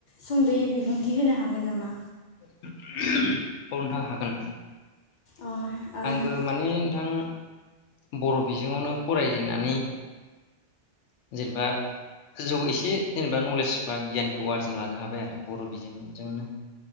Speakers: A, on the left; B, on the left.
A: सुंद'यै बिबुंथि होनो हागोन नामा?
B: <unintelligible> औ नोंथां हागोन
A: अ ओ
B: आंबो माने नोंथां बर' बिजोंआवनो फरायजेननानै जेनेबा जौ एसे जेनेबा नलेज बा गियानखौ आर्जिना लानो हाबाय आरो बर' बिजोंजोंनो